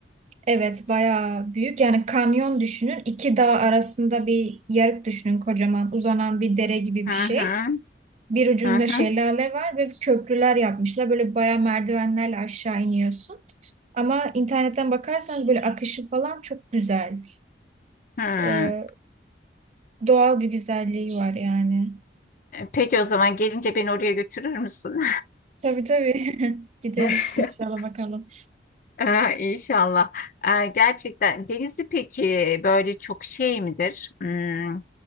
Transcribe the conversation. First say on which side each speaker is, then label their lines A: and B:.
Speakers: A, on the right; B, on the left.
A: Evet, bayağı büyük. Yani kanyon düşünün. iki dağ arasında bir yarık düşünün kocaman. Uzanan bir dere gibi
B: Hı
A: bir şey.
B: hı.
A: Bir ucunda
B: Hı hı.
A: şelale var ve köprüler yapmışlar. Böyle bayağı merdivenlerle aşağı iniyorsun. Ama internetten bakarsanız böyle akışı falan çok güzel.
B: Hmm.
A: Ee, doğal bir güzelliği var yani.
B: Peki o zaman gelince beni oraya götürür müsün?
A: Tabii tabii. <laughs> Gideriz
B: <laughs>
A: inşallah
B: <laughs>
A: bakalım.
B: Ee, İnşallah. Ee, gerçekten denizi peki böyle çok şey midir? Hmm,